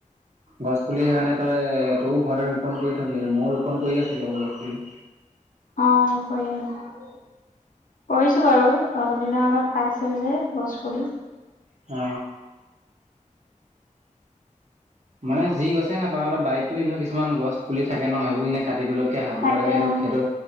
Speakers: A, on the right; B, on the left.
A: গছ পুলি সেইকাৰণে তই তইও ঘৰতে ৰোপণ কৰি থবি মইও ৰোপন কৰি আছো বাৰু গছ পুলি
B: অ কৰিম কৰিছো বাৰু অলপ দিনৰ আগত পাইছিলো যে গছ পুলি
A: অ মানে যি গছে নাপাওঁ ত বাৰীতো এনেও কিছুমান গছ পুলি থাকে ন সেইবোৰ এনে কাটি পেলোৱাত কে হাবি
B: থাকে
A: কটা সেইটোক
B: অ
A: সেইটো